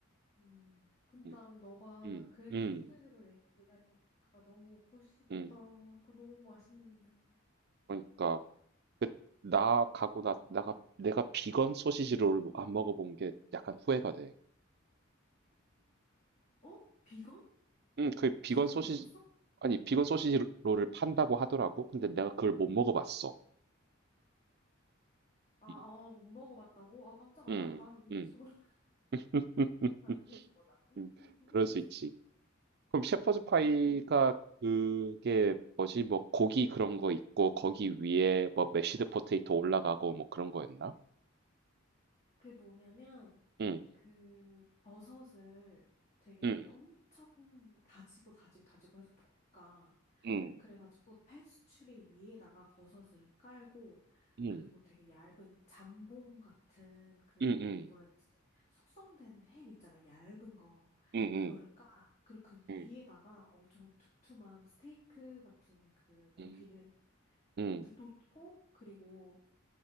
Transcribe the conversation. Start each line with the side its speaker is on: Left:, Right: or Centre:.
Left: 음. 근데
Right: 음,
Left: 난 너가
Right: 음,
Left: 그렉
Right: 음,
Left: 소시지를 얘기하니까 너무 먹고 싶다.
Right: 음.
Left: 그거 너무 맛있는데.
Right: 그러니까. 그, 나 가고 나, 나가, 내가 비건 소시지 롤안 먹어본 게 약간 후회가 돼.
Left: 어? 비건?
Right: 음, 그 비건
Left: 비건으로
Right: 소시지,
Left: 먹었어?
Right: 아니 비건 소시지 롤을 판다고 하더라고. 근데 내가 그걸 못 먹어봤어.
Left: 아, 아,
Right: 음,
Left: 못 먹어봤다고? 아, 깜짝아.
Right: 음,
Left: 나, 난 있는지도
Right: 음, 음.
Left: 몰라. <laughs>
Right: <laughs>
Left: 난 있는지도 몰랐네.
Right: 음,
Left: <laughs>
Right: 그럴 수 있지. 그럼 셰퍼드 파이가
Left: 음.
Right: 그게 뭐지? 뭐 고기 그런 거 있고 거기 위에 뭐 메쉬드 포테이토 올라가고 뭐 그런 거였나?
Left: 그 뭐냐면
Right: 음,
Left: 그 버섯을 되게
Right: 음,
Left: 엄청 다지고 다지고 다지고 해서 볶아.
Right: 음,
Left: 그래가지고 패스츄리 위에다가 버섯을 깔고
Right: 음,
Left: 그리고 되게 얇은 잠봉 같은 그
Right: 음, 음,
Left: 뭐라 해야 되지? 숙성된 햄 있잖아. 얇은 거.
Right: 음,
Left: 그거를 깔아. 그리고 그
Right: 음,
Left: 위에다가 엄청 두툼한 스테이크 같은 그 고기를
Right: 음, 음,
Left: 놓고 그리고